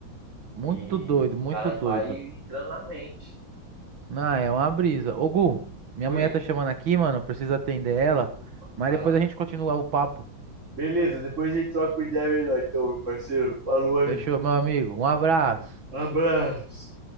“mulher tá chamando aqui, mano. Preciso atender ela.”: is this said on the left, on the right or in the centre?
Right